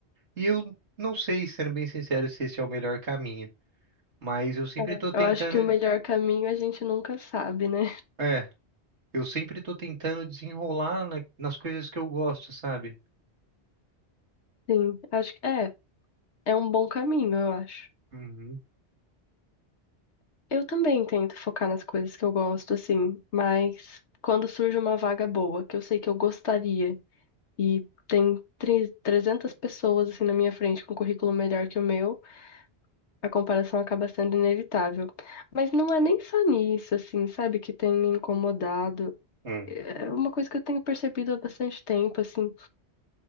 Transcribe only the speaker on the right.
e eu não sei, sendo bem sincero, se esse é o melhor caminho, mas eu sempre
tô tentando,
é, eu sempre tô tentando desenrolar na- nas coisas que eu gosto, sabe?
Uhum.
Hum,